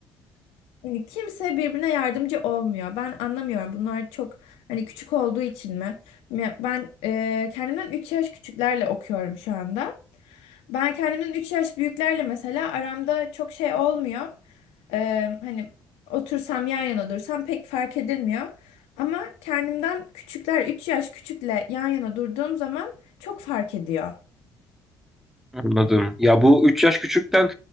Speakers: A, on the left; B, in the centre.
A: Yani kimse birbirine yardımcı olmuyor. Ben anlamıyorum. Bunlar çok hani küçük olduğu için mi? Ya Ben e, kendimden 3 yaş küçüklerle okuyorum şu anda. Ben kendimden 3 yaş büyüklerle mesela aramda çok şey olmuyor. E, hani otursam yan yana dursam pek fark edilmiyor. Ama kendimden küçükler 3 yaş küçükle yan yana durduğum zaman çok fark ediyor.
B: Anladım. Ya bu 3 yaş küçükten